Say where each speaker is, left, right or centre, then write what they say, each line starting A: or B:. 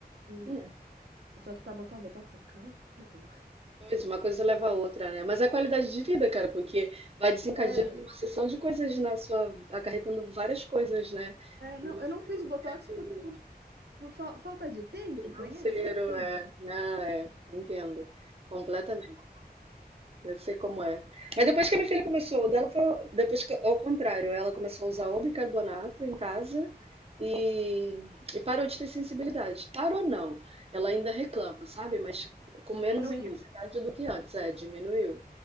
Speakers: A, on the right; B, on the right.
A: E,
B: hum.
A: só que para botar o botox é caro, pô.
B: Pois, uma coisa leva a outra, né? Mas é a qualidade de vida, cara, porque vai desencadeando
A: É,
B: uma sessão de coisas na sua, acarretando várias coisas, né?
A: é, não,
B: No
A: eu
B: seu
A: não fiz o
B: dia
A: botox
B: a dia.
A: por, por, por fa- falta de tempo,
B: Financeiro,
A: conhece esse tempo?
B: é. Não, é, entendo. Completamente. Eu sei como é. Mas depois que a minha filha começou, o dela foi depois que, ao contrário, ela começou a usar o bicarbonato em casa e, e parou de ter sensibilidade. Parou não. Ela ainda reclama, sabe? Mas com menos
A: Diminuiu.
B: intensidade do que antes, é, diminuiu.